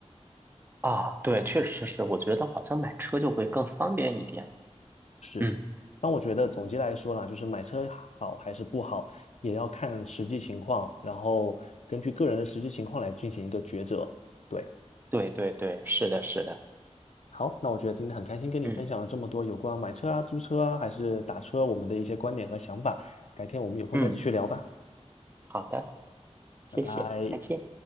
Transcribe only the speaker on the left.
是，
但我觉得总结来说啦，就是买车好还是不好，也要看实际情况，然后根据个人的实际情况来进行一个抉择。对，
好，那我觉得今天很开心跟你分享了这么多有关买车啊、
租车啊，还是打车我们的一些观点和想法。改天我们有空再继续聊吧，
拜拜。